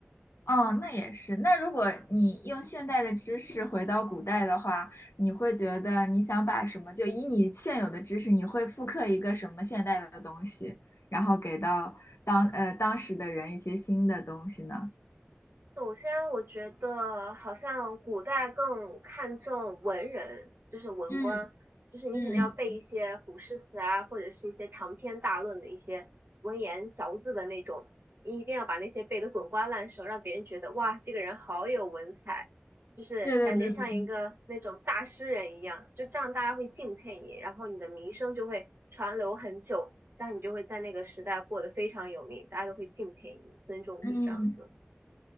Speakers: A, on the left; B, on the right.
A: 哦，那也是。那如果你用现代的知识回到古代的话，你会觉得你想把什么，就以你现有的知识，你会复刻一个什么现代的东西，然后给到当呃当时的人一些新的东西呢？
B: 首先，我觉得好像古代更看重文人，就是文官，
A: 嗯
B: 就是你肯定要背一些古诗词啊，
A: 嗯
B: 或者是一些长篇大论的一些文言嚼字的那种，你一定要把那些背得滚瓜烂熟，让别人觉得哇，这个人好有文采，就是感觉像一个那种大诗人一样，
A: 对对对对对。
B: 就这样大家会敬佩你，然后你的名声就会传流很久，这样你就会在那个时代过得非常有名，大家都会敬佩你、尊重你这样子。
A: 嗯。